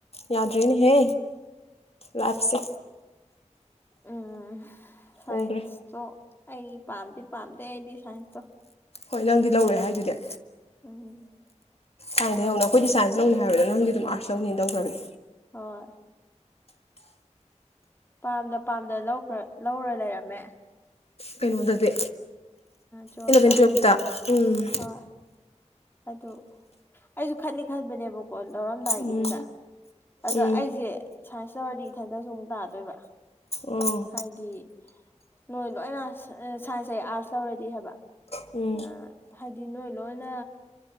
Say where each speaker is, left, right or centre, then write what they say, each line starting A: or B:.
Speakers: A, on the left (about 55°); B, on the left (about 20°).
A: ꯌꯥꯗ꯭ꯔꯦꯅꯦꯍꯦ ꯂꯥꯞꯁꯦ
B: ꯎꯝ ꯁꯥꯏꯟꯁꯇꯣ
A: ꯍꯣꯡꯈ꯭ꯔꯦ
B: ꯑꯩ ꯄꯥꯝꯗꯤ ꯄꯥꯝꯗꯦ ꯑꯩꯗꯤ ꯁꯥꯏꯟꯁꯇꯣ
A: ꯍꯣꯏ ꯅꯪꯗꯤ ꯂꯧꯔꯣꯏ ꯍꯥꯏꯗꯨꯗꯦ
B: ꯎꯝ
A: ꯊꯥꯏꯟꯗꯩꯩ ꯍꯧꯅ ꯑꯩꯈꯣꯏꯗꯤ ꯁꯥꯏꯟꯁ ꯂꯧꯅꯤ ꯍꯥꯏꯕꯗ ꯅꯪꯗꯤ ꯑꯗꯨꯝ ꯑꯥꯠꯁ ꯂꯧꯅꯤ ꯇꯧꯈ꯭ꯔꯦ
B: ꯍꯣꯏ ꯄꯥꯝꯗ ꯄꯥꯝꯗ ꯂꯧꯈ꯭ꯔ ꯂꯧꯔ ꯂꯩꯔꯝꯃꯦ
A: ꯀꯩꯅꯣꯗꯗꯤ
B: ꯇꯨꯋꯦꯜꯞꯇ
A: ꯏꯂꯚꯦꯟ ꯇꯨꯌꯦꯜꯞꯇ ꯎꯝ
B: <unintelligible> ꯑꯗꯨ ꯑꯩꯁꯨ ꯈꯟꯗꯤ ꯈꯟꯕꯅꯦꯕ ꯀꯣꯜ ꯂꯧꯔꯝꯗꯥꯏꯒꯤꯗꯨꯗ
A: ꯎꯝ
B: ꯑꯗꯣ
A: ꯎꯝ
B: ꯑꯩꯁꯦ ꯁꯥꯏꯟꯁ ꯇꯧꯔꯗꯤ ꯏꯊꯟꯇ ꯁꯨ ꯑꯃꯨꯛ ꯇꯥꯗꯣꯏꯕ
A: ꯑꯣ
B: ꯍꯥꯏꯗꯤ ꯅꯣꯏ ꯂꯣꯏꯅ ꯁꯥꯏꯟꯁ ꯑꯌꯦ ꯑꯥꯔꯠꯁ ꯂꯧꯔꯗꯤ ꯍꯥꯏꯕ
A: ꯎꯝ
B: ꯑ ꯍꯥꯏꯗꯤ ꯅꯣꯏ ꯂꯣꯏꯅ